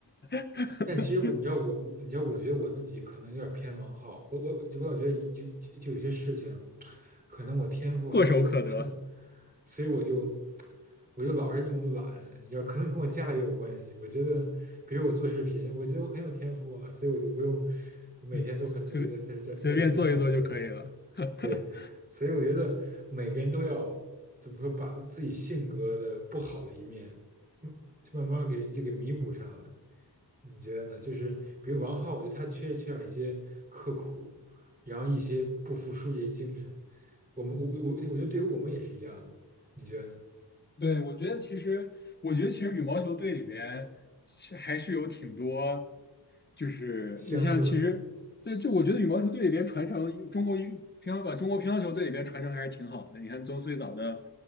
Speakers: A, on the left; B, on the right.
A: <laughs>
B: 但其实我，你知道我，我你知道，我觉得我自己可能有点偏王浩，我我我老觉得就就就有些事情，可能我天赋还有的，
A: 唾手可得，
B: <laughs> 所以我就我就老是那种懒，你知道，可能跟我家里也有关系。我觉得，比如我做视频，我觉得我很有天赋啊，所以我就不用每天都很努力的在在在在找素材。
A: 嗯，随随便做一做就可以了。<laughs>
B: 对，所以我觉得每个人都要怎么说，把自己性格的不好的一面，嗯，就慢慢给就给弥补上来。你觉得呢？就是比如王浩，我觉得他缺缺少一些刻苦，然后一些不服输这些精神。我们我我我，我觉得对于我们也是一样的。你觉得呢？
A: 对，我觉得其实，我觉得其实羽毛球队里边其还是有挺多，就是你像其实，
B: 相似的
A: 对，就我觉得羽毛球队里边传承中国羽乒乓把中国乒乓球队里边传承还是挺好的。你看从最早的